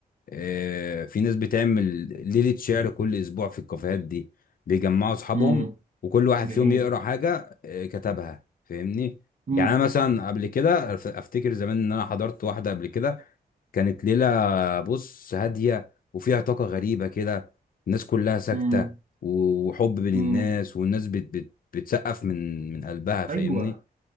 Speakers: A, on the left (about 60°); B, on the right (about 50°).
A: اه في ناس بتعمل ليلة شعر كل اسبوع في الكافيهات دي بيجمعوا اصحابهم
B: امم
A: وكل واحد
B: جميل
A: فيهم يقرا حاجة اه كتبها فاهمني
B: امم
A: يعني انا مثلا قبل كده أف- افتكر زمان ان انا حضرت واحدة قبل كده كانت ليلة بص هادية وفيها طاقة غريبة كده الناس كلها ساكتة
B: امم
A: وحب بين الناس
B: امم
A: والناس بت بت بتسقف من من قلبها فاهمني
B: ايوه